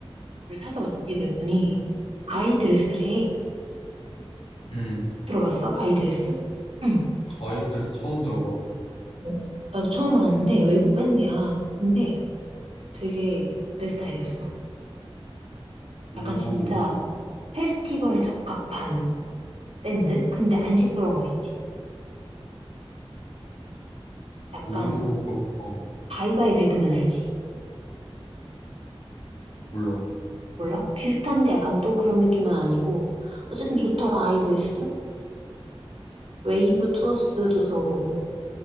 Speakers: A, on the right (about 80°); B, on the left (about 80°).
A: 그걸 찾아봤지. 그랬더니 아이드레스래.
B: 음.
A: 들어봤어? 아이드레스? 응.
B: 어, 아이들에서 처음 들어봐.
A: 뭐? 나도 처음 알았는데 외국 밴드야. 근데 되게 내 스타일이었어.
B: 오,
A: 약간 진짜 페스티벌에 적합한 밴드? 근데 안 시끄러운 거 있지. 약간
B: 오, 그렇구나. 어,
A: 바이바이 배드맨 알지?
B: 몰라.
A: 몰라? 비슷한데 약간 또 그런 느낌은 아니고. 어쨌든 좋더라, 아이들스. 웨이브 투어스도 들어보고.